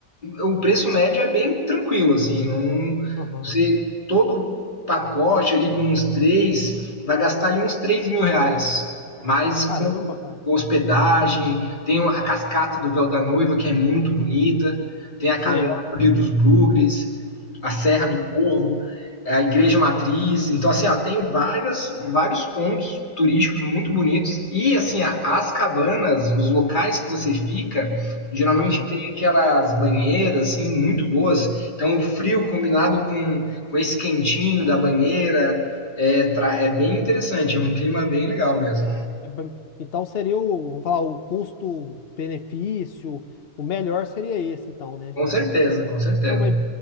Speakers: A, on the left; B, on the left.
A: o preço médio é bem tranquilo assim, não
B: aham.
A: você todo pacote ali com os três vai gastar ali uns três mil reais mas
B: Caramba,
A: com
B: cara.
A: hospedagem, tem a cascata do Véu da Noiva, que é muito bonita, tem a
B: Sei.
A: caverna do Rio dos Bugres, a Serra
B: Aham,
A: do Corvo, a Igreja Matriz. Então, assim, ó, tem várias, vários pontos turísticos muito bonitos. E, assim, ó, as cabanas, os locais que você fica, geralmente
B: aham.
A: tem aquelas banheiras, assim, muito boas. Então, o frio combinado com, com esse quentinho da banheira é, é bem interessante. É um clima bem legal mesmo.
B: É bem- Então seria o, vamos falar, o custo-benefício, o melhor seria esse, então, né?
A: Com certeza, com certeza.
B: Não, mas,